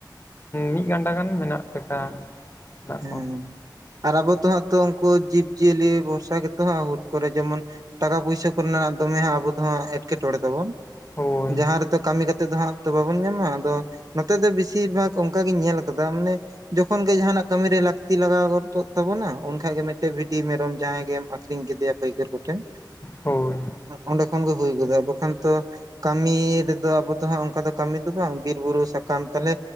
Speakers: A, on the left (about 30°); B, on the right (about 50°).
A: ᱢᱤᱫ ᱜᱟᱱᱰᱟ ᱜᱟᱱ ᱢᱮᱱᱟᱜ ᱞᱮᱠᱟ ᱢᱮᱱᱟᱜ
B: ᱦᱮᱸ
A: ᱠᱚᱣᱟ
B: ᱟᱨ ᱟᱵᱚ ᱛᱚᱦᱟᱜ ᱛᱚ ᱩᱱᱠᱩ ᱡᱤᱵ ᱡᱤᱭᱟᱹᱞᱤ ᱵᱷᱚᱨᱥᱟ ᱜᱮᱛᱚ ᱦᱟᱸᱜ ᱦᱩᱴ ᱠᱚᱨᱮ ᱡᱮᱢᱚᱱ ᱴᱟᱠᱟ ᱯᱚᱭᱥᱟ ᱨᱮᱱᱟᱜ ᱫᱚᱢᱮ ᱦᱟᱜ ᱟᱵᱚ ᱫᱚ ᱮᱴᱠᱮᱴᱚᱬᱮ ᱛᱟᱵᱚᱱ
A: ᱦᱳᱭ
B: ᱡᱟᱦᱟᱸ ᱨᱮᱛᱚ ᱛᱚ ᱵᱟᱵᱚᱱ ᱧᱟᱢᱟ ᱟᱫᱚ ᱱᱚᱛᱮ ᱫᱚ ᱵᱤᱥᱤᱨ ᱵᱷᱟᱜᱽ ᱚᱱᱠᱟᱜᱤᱧ ᱧᱮᱞ ᱟᱠᱟᱫᱟ ᱢᱟᱱᱮ ᱡᱚᱠᱷᱚᱱ ᱜᱮ ᱡᱟᱦᱟᱱᱟᱜ ᱠᱟᱹᱢᱤ ᱨᱮ ᱞᱟᱹᱠᱛᱤ ᱞᱟᱜᱟᱣ ᱜᱚᱫᱚᱜ ᱛᱟᱵᱚᱱᱟ ᱩᱱᱠᱷᱟᱡ ᱜᱮ ᱢᱤᱫᱴᱮᱡ ᱵᱷᱤᱰᱤ ᱢᱮᱨᱚᱢ ᱡᱟᱦᱟᱸᱭ ᱜᱮᱢ ᱟᱠᱷᱨᱤᱧ ᱠᱮᱫᱮᱭᱟ ᱯᱟᱹᱭᱠᱟᱹᱨ ᱠᱚᱴᱷᱮᱱ
A: ᱦᱳᱭ
B: ᱚᱸᱰᱮ ᱠᱷᱚᱱ ᱜᱮ ᱦᱩᱭ ᱜᱚᱫᱚᱜ-ᱟ ᱵᱟᱠᱷᱟᱱ ᱛᱚ ᱠᱟᱹᱢᱤ ᱟᱵᱚ ᱫᱚ ᱚᱱᱠᱟ ᱫᱚ ᱠᱟᱹᱢᱤ ᱫᱚ ᱵᱟᱝ ᱵᱤᱨᱵᱩᱨᱩ ᱥᱟᱠᱟᱢ ᱛᱟᱞᱦᱮ